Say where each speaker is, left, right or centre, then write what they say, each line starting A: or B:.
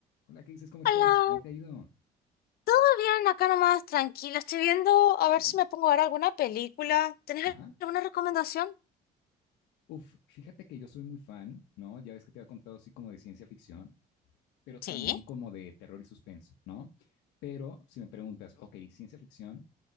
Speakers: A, on the left (about 80°); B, on the left (about 65°).
A: Hola, ¿qué dices? ¿Cómo
B: Hola,
A: estás? ¿Cómo te ha ido?
B: ¿todo bien? Acá nomás, tranquilo. Estoy viendo a ver
A: Ujú.
B: si me pongo a ver alguna película. ¿Tenés
A: Ajá.
B: alguna recomendación?
A: Uf, fíjate que yo soy muy fan, ¿no? Ya ves que te había contado así como de ciencia ficción, pero también
B: Sí.
A: como de terror y suspenso, ¿no? Pero si me preguntas, ok, ciencia ficción,